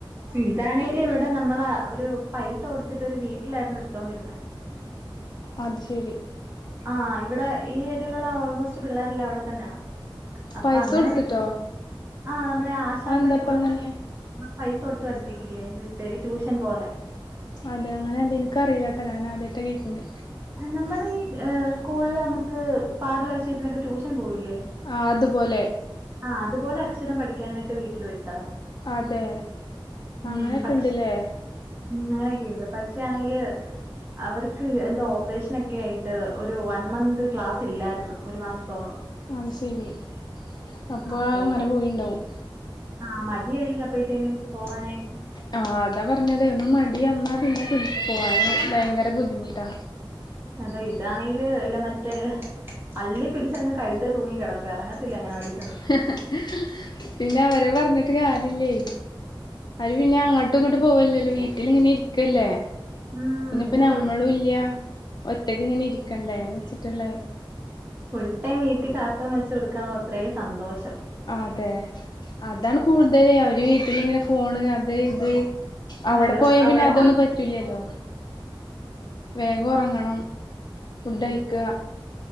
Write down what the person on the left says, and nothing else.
അത് ശരി
പൈസ
കൊടുത്തിട്ടോ
അതെന്താപ്പ
അങ്ങനെ
ആതെ അങ്ങനെട എനിക്കറിയില്ലാട്ടാ ഞാൻ ആദ്യയിട്ടാ കേൾക്കുന്നെ.
ആഹ് അതുപോലെ
അതെ അങ്ങനെയൊക്കെ
ഇണ്ട്ല്ലേ
അതുശരി. അപ്പൊ
അഹ് ങ്ങനെ പോയിണ്ടാവും.
ആ. അതാപറഞ്ഞതു ഒന്നുമടിവന്നാപിന്നെ പിടി, പോവാന് ഭയങ്കര ബുദ്ധിമുട്ടാ.
ഹ് ഹ് പിന്നെ വരെ പറഞ്ഞിട്ടുകാര്യല്ലേ. അയിൽ പിന്നെ അങ്ങോട്ടു ഇങ്ങോട്ടു പോകുവല്ലല്ലോ വീട്ടിലിങ്ങനെയിരിക്കല്ലേ.
പിന്നെ പ്പം
ഞമ്മളുല്ല്യാ
ഒറ്റക്കിങ്ങനെയിരിക്കണ്ടേ ന്നുവെച്ചിട്ടുള്ളേ
അതെ, അതാണുകൂടുതല് അവരു വീട്ടിലിങ്ങനെ ഫോണ് അത് ഇത് അവിടെപോയാ
പിന്നെ
തൊന്നും
പറ്റൂല്ല്യല്ലോ. വേഗം ഒറങ്ങണം ഫുഡ്ഴിക്ക.